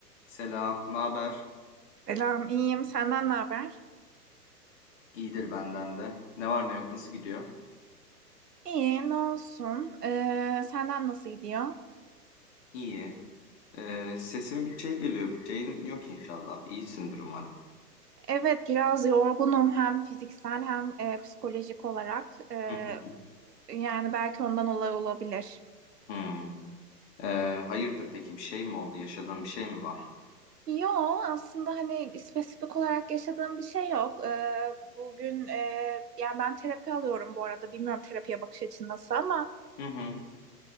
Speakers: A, on the left; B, on the right.
A: Selam, ne haber?
B: Selam, iyiyim. Senden ne haber?
A: İyidir benden de. Ne var ne yok, nasıl gidiyor?
B: İyiyim, ne olsun? Ee, senden nasıl gidiyor?
A: İyi. Ee, sesin bir şey geliyor, bir şeyin yok inşallah. İyisindir umarım.
B: Evet, biraz yorgunum hem fiziksel hem e, psikolojik olarak. Ee,
A: Hı hı.
B: yani belki ondan olay olabilir.
A: Hmm. Ee, hayırdır peki bir şey mi oldu? Yaşadığın bir şey mi var?
B: Yo, aslında hani spesifik olarak yaşadığım bir şey yok. Ee, bugün e, yani ben terapi alıyorum bu arada. Bilmiyorum terapiye bakış açın nasıl ama.
A: Hı hı.